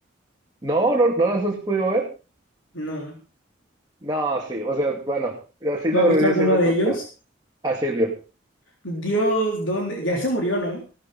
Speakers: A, on the right; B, on the left.
A: No, no, no los has podido ver.
B: No.
A: No, sí, o sea, bueno, a Silvio
B: ¿Tú has visto
A: Rodríguez
B: alguno
A: sí me
B: de
A: tocó.
B: ellos?
A: A Silvio.
B: Dios, ¿dónde? Ya él se murió, ¿no?